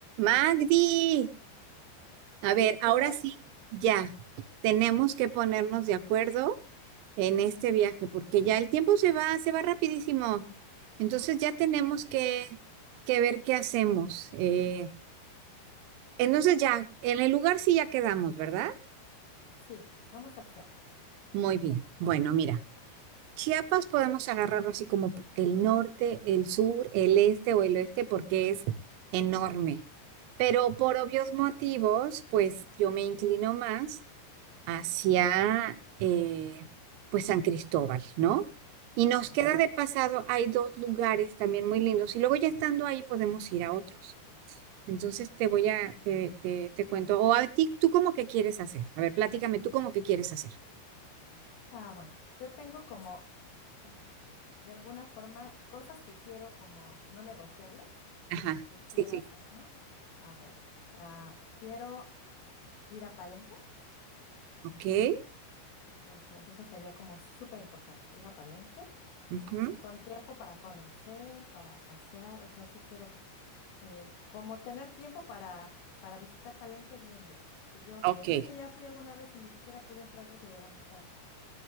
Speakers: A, on the right; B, on the left.
A: Magdi, a ver, ahora
B: ¿Qué onda?
A: sí, ya, tenemos que ponernos de acuerdo en este viaje, porque ya el tiempo se va, se va rapidísimo. Entonces ya tenemos que, que ver qué hacemos. Eh, entonces ya, en el lugar sí ya quedamos, ¿verdad?
B: Sí, vamos a Chiapas.
A: Muy bien. Bueno, mira, Chiapas podemos agarrarlo así como p- el norte, el sur, el este o el oeste, porque es enorme. Pero por obvios motivos, pues yo me inclino más hacia eh, pues San Cristóbal, ¿no? Y nos
B: Wow.
A: queda de pasado, hay dos lugares también muy lindos y luego ya estando ahí podemos ir a otros. Entonces te voy a, te, te, te cuento, o a ti, ¿tú cómo que quieres hacer? A ver, platícame, ¿tú cómo que quieres hacer?
B: Ah, bueno, yo tengo como, ah, de alguna forma, cosas que quiero como no negociables,
A: Ajá,
B: que quiero
A: sí, sí.
B: hacer, ¿no? A ver, quiero ir a Palenque,
A: Ok,
B: entonces eso sería como súper importante, ir a Palenque
A: ujú,
B: con tiempo para conocer, para pasear, o sea, sí quiero eh, como tener tiempo para, para visitar Palenque bien, bien. O sea, que yo,
A: ok,
B: es que ya fui alguna vez y ni siquiera pude entrar porque llegamos tarde,